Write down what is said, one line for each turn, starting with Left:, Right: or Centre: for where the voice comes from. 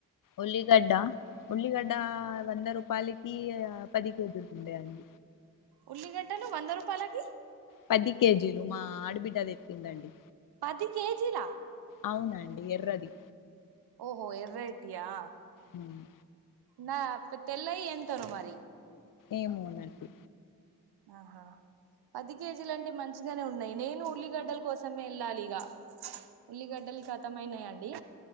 Left: ఉల్లిగడ్డ ఉల్లిగడ్డ వంద రూపాయలకి పది కేజీలు ఉండాయి అడి
Right: ఉల్లిగడ్డలు వంద రూపాయలకి
Left: పది కేజీలు మా ఆడబిడ్డ దెచ్చిందండి
Right: పది కేజీలా
Left: అవునండి ఎర్రది
Right: ఓహో ఎర్ర ఐటీయా
Left: మ్మ్.
Right: నా ఇ తెల్లయి ఏంతనో మరి
Left: ఏమో నండి
Right: ఆహా పది కేజీలు అంటే మంచి ఉన్నాయి నేను ఉల్లిగడ్డల కోసమే వెళ్ళాలి ఇగ ఉల్లిగడ్డలు ఖతమయినాయిండి అండి